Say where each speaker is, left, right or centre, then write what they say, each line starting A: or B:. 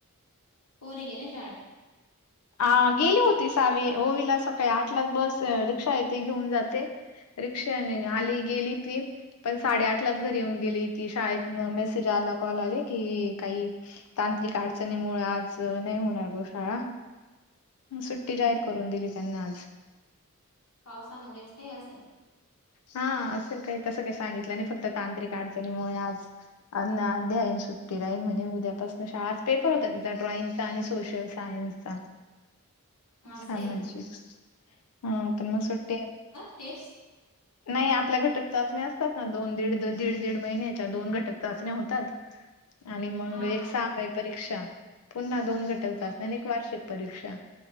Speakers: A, on the left; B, on the left.
A: पोरी गेले शाळेत.
B: अ, गेली होती सावी, ओवीला सकाळी आठलाच बस, रिक्षा येते घेऊन जाते रिक्षाने
A: हम्म
B: आली
A: हम्
B: गेली ती पण साडेआठलाच घरी येऊन गेले की, शाळेतनं मेसेज आला कॉल आले की काही तांत्रिक अडचणीमुळ आज, नाही होणार बॉ शाळा म, सुट्टी
A: हम्म
B: जाहीर
A: हम्म
B: करून दिली त्यांना आज.
A: पावसामुळेच काही असेल!
B: हा, असेल काही तसं काय सांगितलं नाही फक्त तांत्रिक अडचणीमुळे आज अन, आध्या, आहेन सुट्टी राहिन म्हणे उद्यापसन शाळा, आज पेपर होता ड्रॉइंग आणि सोशल सायन्सचा सामाजिक,
A: असं आहे का
B: हं तर मग सुट्टी
A: तेस
B: नाही आपल्या घटक चाचण्या असतात ना, दोन- दीड, दीड -दीड महिन्याच्या दोन घटक चाचण्या होतात आणि मग
A: हा
B: एक
A: हा
B: सहामाई परीक्षा पुन्हा दोन घटक
A: हम्म
B: चाचण्या अन एक. वार्षिक परीक्षा